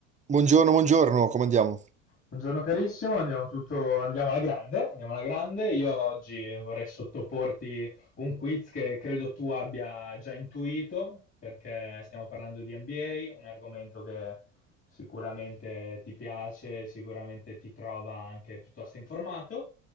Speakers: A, on the right; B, on the left.
A: Buongiorno, buongiorno, come andiamo?
B: Buongiorno carissimo, andiamo, tutto, andiamo alla grande, andiamo alla grande. Io oggi vorrei sottoporti un quiz che credo tu abbia già intuito, perché stiamo parlando di NBA, un argomento che sicuramente ti piace, sicuramente ti trova anche piuttosto informato,